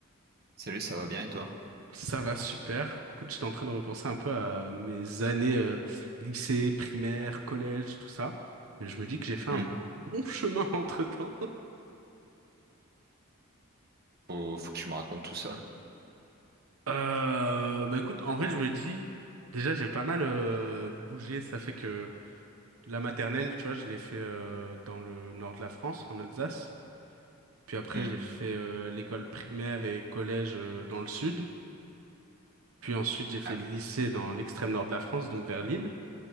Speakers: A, on the right; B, on the right.
A: Salut, ça va bien et toi?
B: Ça va super. Écoute, j'étais en train de repenser un peu à mes années euh, lycée, primaire, collège, tout ça. Et je me dis que j'ai fait
A: Hmm.
B: un bon chemin <laughs> entre-temps.
A: Faut, faut que tu me racontes tout ça là.
B: Euh, bah écoute, en vrai, je me dis, déjà, j'ai pas mal euh, bougé. Ça fait que la maternelle, tu vois, je l'ai fait euh, dans le nord de la France, en Alsace. Puis après,
A: Hmm.
B: j'ai fait euh, l'école primaire et collège euh, dans le sud. Puis ensuite, j'ai fait
A: Ah
B: le
A: oui.
B: lycée dans l'extrême nord de la France, donc vers Lille,